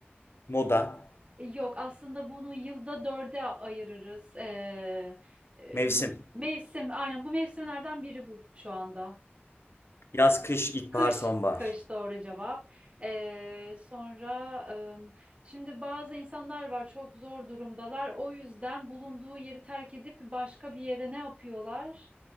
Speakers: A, on the left; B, on the right.
A: Moda,
B: E, Yok aslında bunu yılda dörde ayırırız. Ee, e,
A: mevsim.
B: bu mevsim aynen bu mevsimlerden biri bu şu anda.
A: Yaz, kış, ilkbahar,
B: Kış,
A: sonbahar.
B: kış doğru cevap. Ee, sonra ım, şimdi bazı insanlar var çok zor durumdalar. O yüzden bulunduğu yeri terk edip başka bir yere ne yapıyorlar?